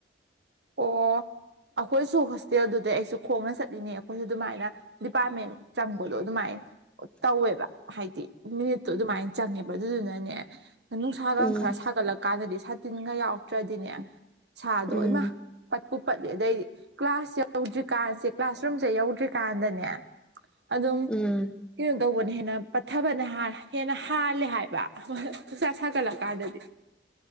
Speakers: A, on the right (about 70°); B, in the centre.
A: ꯑꯣ ꯑꯩꯈꯣꯏꯁꯨ ꯍꯣꯁꯇꯦꯜꯗꯨꯗ ꯑꯩꯁꯨ ꯈꯣꯡꯅ ꯆꯠꯂꯤꯅꯤ ꯑꯩꯈꯣꯏꯁꯨ ꯑꯗꯨꯃꯥꯏꯅ ꯗꯤꯄꯥꯔꯠꯃꯦꯟ ꯆꯪꯕꯗꯣ ꯑꯗꯨꯃꯥꯏ ꯇꯧꯋꯦꯕ ꯍꯥꯏꯗꯤ ꯃꯤꯅꯤꯠꯇꯣ ꯑꯗꯨꯃꯥꯏꯅ ꯆꯪꯉꯦꯕ ꯑꯗꯨꯗꯨꯅꯅꯦ ꯅꯨꯡꯁꯥꯒ
B: ꯎꯝ
A: ꯈꯔ ꯁꯥꯒꯠꯂꯛꯀꯥꯟꯗꯗꯤ ꯁꯥ ꯇꯤꯟꯒ ꯌꯥꯎꯔꯛꯇ꯭ꯔꯗꯤꯅꯦ ꯁꯥꯗꯣ
B: ꯎꯝ
A: ꯏꯃ ꯄꯠꯄꯨ ꯄꯠꯂꯤ ꯑꯗꯩ ꯀ꯭ꯂꯥꯁ ꯌꯧꯗ꯭ꯔꯤꯀꯥꯟꯁꯦ ꯀ꯭ꯂꯥꯁ ꯔꯨꯝꯁꯦ ꯌꯧꯗ꯭ꯔꯤꯀꯥꯟꯗꯅꯦ ꯑꯗꯨꯝ
B: ꯎꯝ
A: ꯀꯩꯅꯣ ꯇꯧꯕꯅ ꯍꯦꯟꯅ ꯄꯠꯊꯕꯅ ꯍꯦꯟꯅ ꯍꯥꯜꯂꯦ ꯍꯥꯏꯕ <unintelligible> ꯍꯣꯏꯆꯥꯥ ꯁꯥꯒꯠꯂꯛꯀꯥꯟꯗꯗꯤ